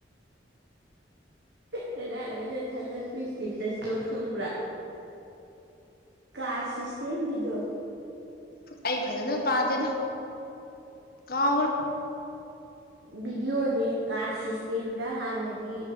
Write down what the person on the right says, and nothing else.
ꯀꯗꯥꯏꯗꯒꯤ ꯊꯥꯒꯠꯄꯥ ꯏꯁꯇꯦꯇꯁꯗꯣ ꯈꯪꯕ꯭ꯔꯥ ꯀꯥ ꯁꯤꯁꯇꯦꯝꯒꯤꯗꯣ
ꯚꯕꯤꯗꯤꯑꯣꯅꯦ ꯀ꯭ꯂꯥꯁ ꯁꯤꯁꯇꯦꯝꯗ ꯍꯥꯟꯅꯗꯤ